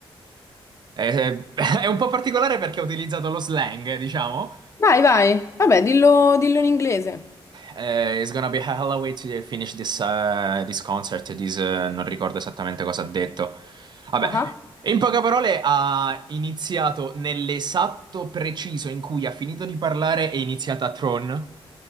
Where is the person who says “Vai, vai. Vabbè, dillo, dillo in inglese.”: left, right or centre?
Left